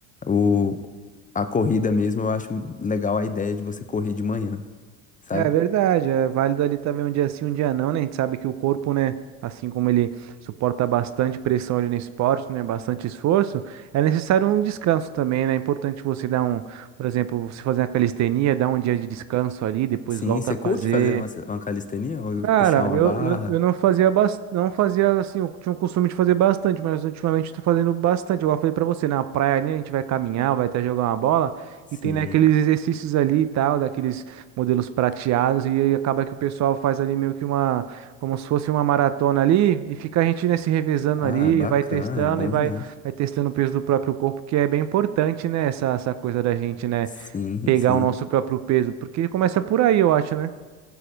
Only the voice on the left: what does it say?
o, a corrida mesmo eu acho legal a ideia de você correr de manhã, sabe?
Sim,
você
curte fazer uma, uma calistenia ou
puxar uma
barra?
Sim.
Ah,
bacana,
bom
demais.
Sim,
sim.